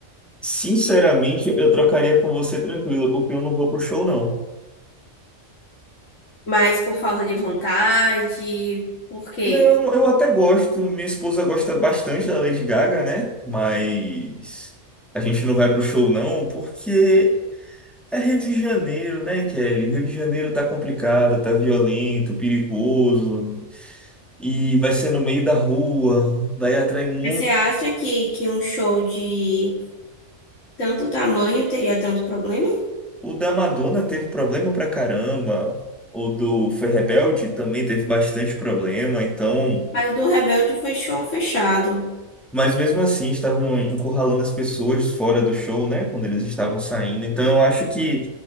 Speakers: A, in the centre; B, on the left.
A: sinceramente, eu trocaria com você tranquilo, porque eu não vou pro show, não.
B: Mas por falta de vontade, por quê?
A: Não, eu até gosto. Minha esposa gosta bastante da Lady Gaga, né? Mas a gente não vai pro show, não, porque é Rio de Janeiro, né, Kelly? Rio de Janeiro tá complicado, tá violento, perigoso, e vai ser no meio da rua, daí atrai muito.
B: Mas Você acha que, que um show de tanto tamanho teria tanto problema?
A: O da Madonna teve problema pra caramba. O do Foi Rebelde também teve bastante problema. Então,
B: Mas o do Rebelde foi show fechado.
A: mas mesmo assim estavam encurralando as pessoas fora do show, né? Quando eles estavam saindo. Então, eu acho que